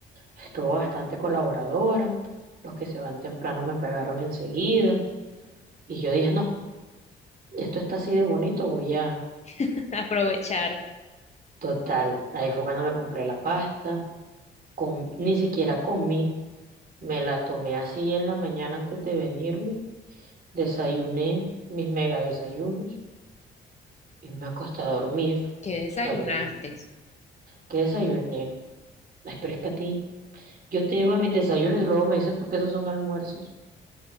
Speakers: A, on the right (about 50°); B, on the left (about 35°).
A: estuvo bastante colaboradora. Los que se van temprano me pagaron enseguida. Y yo dije, no. Esto está así de bonito, voy a...
B: <laughs> Aprovechar.
A: Total, ahí fue cuando me compré la pasta, com- ni siquiera comí, me la tomé así en la mañana antes de venirme, desayuné mis mega desayunos y me acosté a dormir.
B: ¿Qué desayunaste?
A: O sea, yo, ¿qué desayuné? Ay, pero es que a ti, yo te digo a mis desayunos y luego me dices tú que esos son almuerzos.